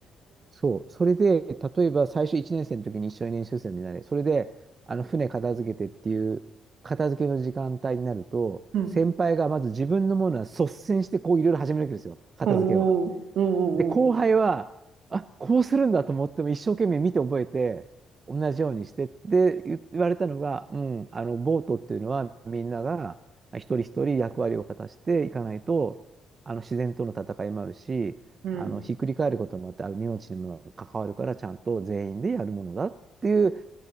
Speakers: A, on the right; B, on the right.
A: そう。それで、例えば最初1年生の時に一緒に練習生になれ。それで、あの、船片付けてっていう、片付けの時間帯になると、
B: うん。
A: 先輩がまず自分のものは率先してこういろいろ始めるわけですよ。片付けを。
B: おーおおーおーおー
A: で、後輩は、あ、こうするんだと思っても一生懸命見て覚えて、同じようにしてって言言われたのが、うん、あの、ボートっていうのはみんなが一人一人役割を果たしていかないと、あの、自然との戦いもあるし、
B: うん。
A: あの、ひっくり返ることもあって、あの命にも関わるから、ちゃんと全員でやるものだっていう